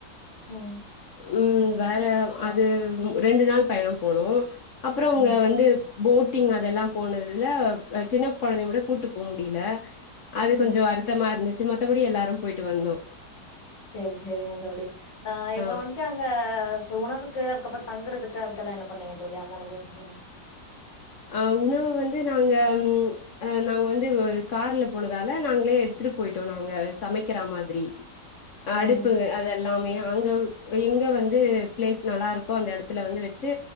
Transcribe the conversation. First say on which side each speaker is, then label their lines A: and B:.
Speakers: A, on the left; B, on the left.
A: ம்
B: உம் வேற அது ரெண்டு நாள் பயணம் போனோம் அப்பறம் அவங்க
A: ம்
B: வந்து போட் போட்டிங் அதெல்லாம் போனதுல சின்ன குழந்தைய விட கூடிட்டு போ முடியல அது
A: ம்
B: கொஞ்சம் வருத்தமா இருந்துச்சு மத்தபடி எல்லாரும் போயிட்டு வந்தோம்
A: சேரி சேரி சேரிங்க தோழி ஆஹ இப்போ
B: ஆ
A: வந்துட்டு அங்க உணவுக்கு அதுக்கப்புறம் தங்குறதுக்கு அதுக்கெல்லாம என்ன பண்ணீங்க தோழி அந்த அனுபவம் சொல்லுங்க
B: அஹ் உணவு வந்து நாங்க அஹ் நாங்க வந்து கார்ல போனதால நாங்களே எடுத்துட்டு போயிட்டோம் நாங்க சமைக்கிற மாதிரி
A: ம்
B: அடுப்புங்க அது எல்லாமே அங்க எங்க வந்து பிளேஸ் நல்லா இருக்கு கோ அந்த இடத்துல வந்து வச்சு